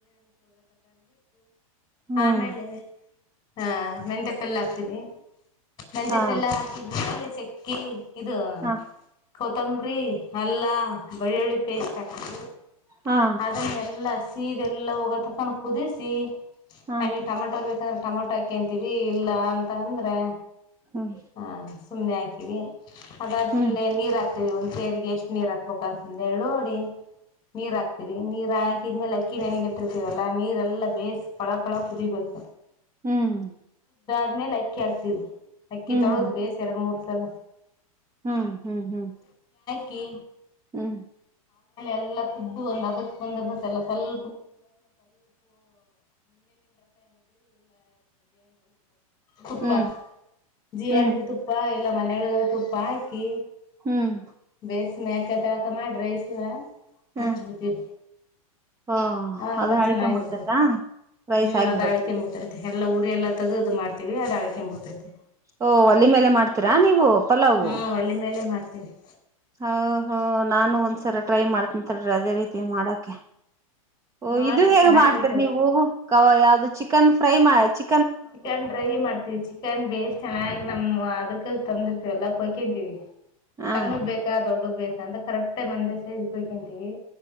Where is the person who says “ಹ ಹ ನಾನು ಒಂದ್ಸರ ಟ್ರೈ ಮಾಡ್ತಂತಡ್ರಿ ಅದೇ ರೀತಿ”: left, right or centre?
Right